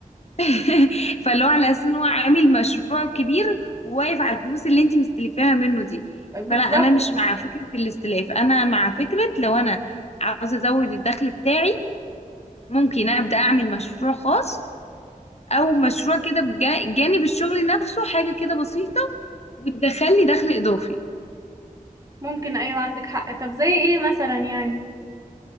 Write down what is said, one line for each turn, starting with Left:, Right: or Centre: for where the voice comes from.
Left: <laughs> فاللي هو على اساس ان هو عامل مشروع كبير وواقف على الفلوس اللي انت مستلفاها منه دي
Right: بالظبط
Left: فلا انا مش مع فكرة الاستلاف انا مع فكرة لو انا عاوزة ازود الدخل بتاعي ممكن ابدا اعمل مشروع خاص او مشروع كده بجانب الشغل نفسه حاجة كده بسيطة وتدخل لي دخل اضافي
Right: ممكن ايوه عندك حق طب زي ايه مثلا يعني